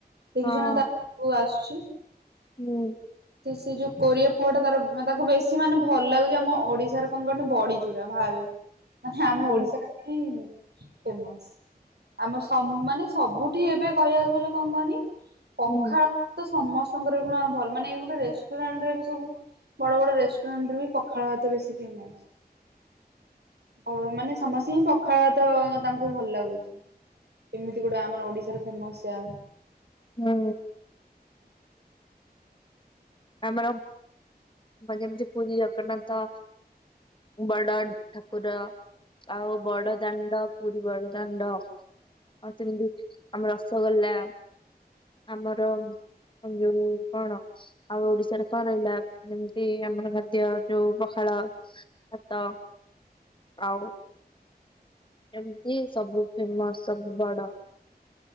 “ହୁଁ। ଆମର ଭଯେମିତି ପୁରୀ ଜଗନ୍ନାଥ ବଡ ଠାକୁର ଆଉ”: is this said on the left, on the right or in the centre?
Left